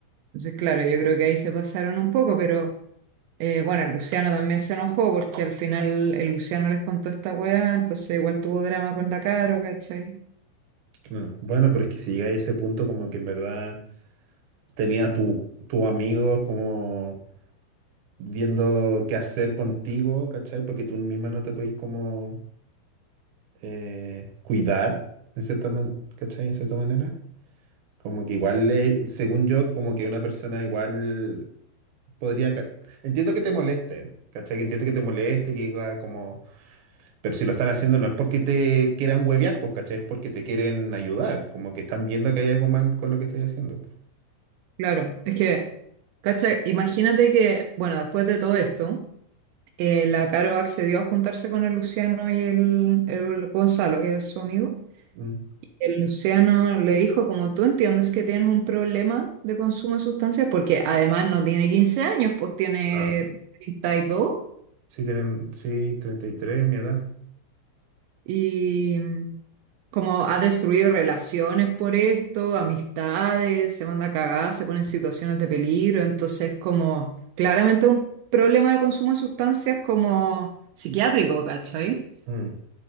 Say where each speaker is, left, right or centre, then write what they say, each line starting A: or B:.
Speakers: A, on the right; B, on the right.
A: Entonces, claro, yo creo que ahí se pasaron un poco, pero eh, bueno, el Luciano también se enojó porque al final el Luciano les contó esta weá, entonces igual tuvo drama con la Caro, ¿cachai?
B: claro. Bueno, pero es que si llega a ese punto como que en verdad tenía tu, tu amigo como viendo qué hacer contigo, ¿cachai? Porque tú misma no te podís como eh, cuidar, en cierta man- ¿cachai? En cierta manera. Como que igual, es- según yo, como que una persona igual podría... ca- Entiendo que te moleste, ¿cachai? Que entiendo que te moleste, que diga como... Pero si lo están haciendo no es porque te quieran huevear, pues, ¿cachai? Es porque te quieren ayudar, como que están viendo que hay algo mal con lo que estás haciendo. pues.
A: Claro, es que, ¿cachai? Imagínate que, bueno, después de todo esto, eh, la Caro accedió a juntarse con el Luciano y el, el Gonzalo, que es su amigo.
B: Mm.
A: El Luciano le dijo, como tú entiendes que tienes un problema de consumo de sustancias, porque además no tiene 15 años, pues tiene
B: Ah.
A: 32 y dos
B: Sí, tienen, sí, treinta y tres, mi edad.
A: y mm, como ha destruido relaciones por esto, amistades, se manda a cagar, se pone en situaciones de peligro, entonces como claramente un problema de consumo de sustancias como psiquiátrico, ¿cachai?
B: Mm.